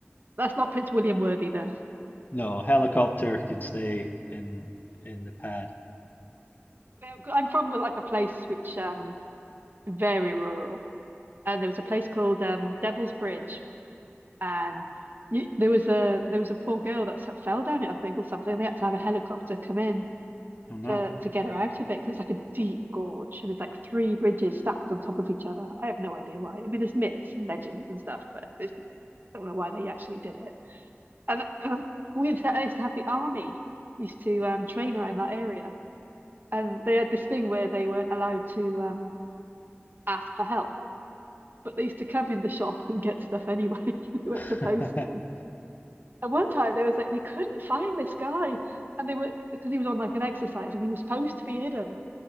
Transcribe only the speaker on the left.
no helicopter can stay in in the pad
oh no
<laughs>